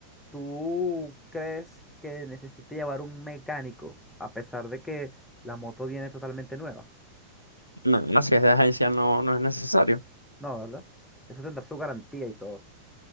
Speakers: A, in the centre; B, on the left (about 80°).
A: ¿tú crees que necesite llevar un mecánico a pesar de que la moto viene totalmente nueva?
B: No, no, si es de agencia no, no es necesario.
A: No, ¿verdad? Eso tendrá su garantía y todo.